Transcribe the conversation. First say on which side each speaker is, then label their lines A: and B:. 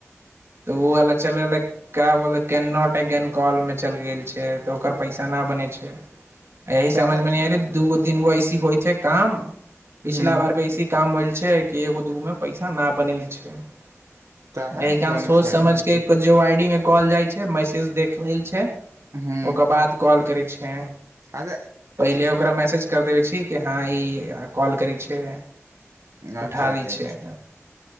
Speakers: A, on the right; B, on the right.
A: तऽ ओ अलग चल लै का बोलै कैन नॉट अगेन कॉलमे चलि गेल छै तऽ ओकर पैसा नहि बनै छै यही समझ
B: काहे
A: मे न नहि आरे दूगो तीन गो ऐसी होइ छै काम पिछिला
B: हूं
A: बार बेसी काम होइल छै कि एगो दूगोमे पैसा ना बनैल छै एहिह
B: काहे नहि
A: कारण
B: बनै
A: सोच
B: छै
A: समझके क जो आईडी में कहल जाइ छै ऐ मैसेज देख लेल छै
B: हूं
A: ओकर बाद कॉल करी छै
B: अच्छा
A: पहिले
B: ए-
A: ओकरा मैसेज कर देबै छी कि हँ ई कॉल करै छै
B: अच्छा
A: उठाबी
B: अच्छा अच्छा
A: छै